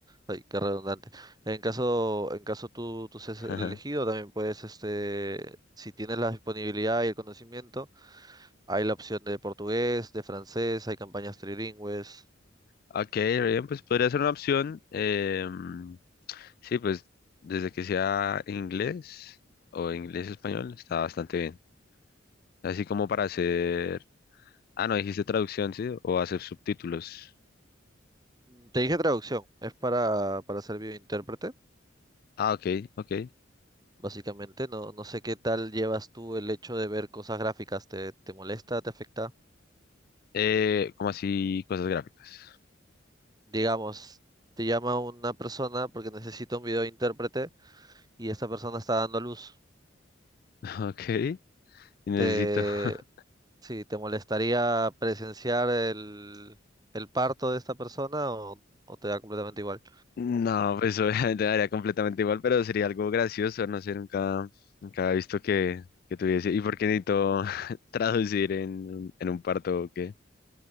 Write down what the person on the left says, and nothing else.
<laughs>
Ajá.
Ok, re bien, pues podría ser una opción. em, sí, pues desde que sea inglés o inglés, español, está bastante bien. Así como para hacer... Ah, no, dijiste traducción, sí, o hacer subtítulos.
Ah, ok, ok.
Eh, como así, cosas gráficas.
<laughs> Ok, y necesito.
<laughs>
No, pues <laughs> obviamente me daría completamente igual, pero sería algo gracioso, no sé, nunca, nunca he visto que, que tuviese. ¿Y por qué necesito <laughs> traducir en, un- en un parto o qué?